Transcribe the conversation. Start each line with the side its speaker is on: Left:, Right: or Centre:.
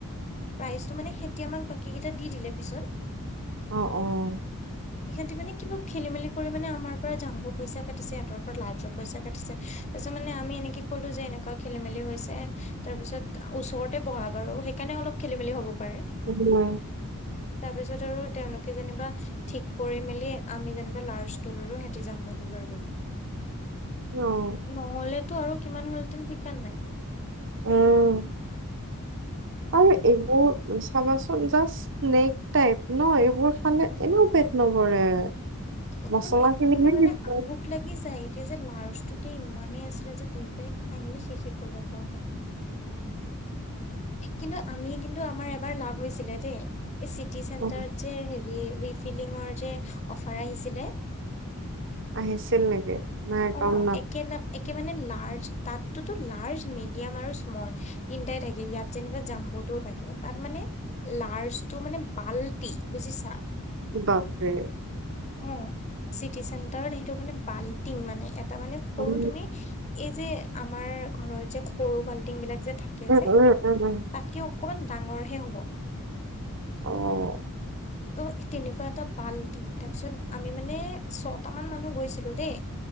Left: প্ৰাইচটো মানে সিহঁতি বাকীকেইটা দি দিলে পিচত।
Right: অ অ অ।
Left: ইহঁতি মানে কিবা খেলি-মেলি কৰি মানে আমাৰ পৰা জাম্ব পইচা। পাতিছে সিহঁতৰ পৰা লাৰ্জৰ পইচা। তাৰ পিছত মানে আমি এনেকে ক'লো যে এনেকুৱা খেলি-মেলি হৈছে তাৰ পিছত ওচৰতে বহা বাৰু সেইকাৰণে অলপ খেলি-মেলি হব। পাৰে।
Right: উম,
Left: <unintelligible> তাৰপিছত আৰু তেওঁলোকে যেনিবা। ঠিক কৰি মেলি আমি যেনিবা লাৰ্জতো ল'লো সিহঁতি জাম্বটো লৈ ল'লে। <inaudible>
Right: অ',
Left: নহলেটো আৰু। কিমান হ'ল হেতেন ঠিক-কাণ নাই।
Right: উম। আৰু এইবোৰ। চাবাচোন জাষ্ট স্নকেচ টাইপ নহ এইবোৰ খালে এনেও পেট নভৰে।
Left: অ
Right: মচলা
Left: পেট
Right: খিনিহে
Left: নভৰে মানে
Right: দিছে অ'।
Left: ভুক লাগি যায় তিয়া যে লাৰৰ্জ ইতু ইমানেই আছিলে যে দুই খাইমেলি শেষে কৰিব পৰা নাই কিন্তু আমি কিন্তু আমাৰ এবাৰ লাভ হৈছিলে দেই এই চিটি চেণ্টাৰত
Right: অ',
Left: যে হেৰি ৰিফিলিঙৰ যে অফাৰ আহিছিলে
Right: আহিছিল নেকি নাই
Left: অ
Right: কম ন
Left: একে নাম একে লাজ তাতো লাজ মিদিয়াম আৰু ইচমল ইয়াত যেনিব যাম ব টো থাকে তাত মানে লাৰ্চটো মানে পাল্টি বুজিছা
Right: বাকে
Left: অ চিটি চেণ্টাৰত সেইটো মানে বাল্টিং মানে তাৰমানে সৰু
Right: উম,
Left: তুমি এই যে আমাৰ ঘৰৰ যে সৰু বাল্টিং বিলাক যে থাকে
Right: উম,
Left: যে
Right: উম,
Left: তাতকে
Right: উম, উম,
Left: অকমান ডাঙৰহে হ'ব
Right: আহ
Left: ত' তেনেকুৱা এটা বাল্টি তাৰপিছত আমি মানে ছট মান মানুহ গৈছিলো দেই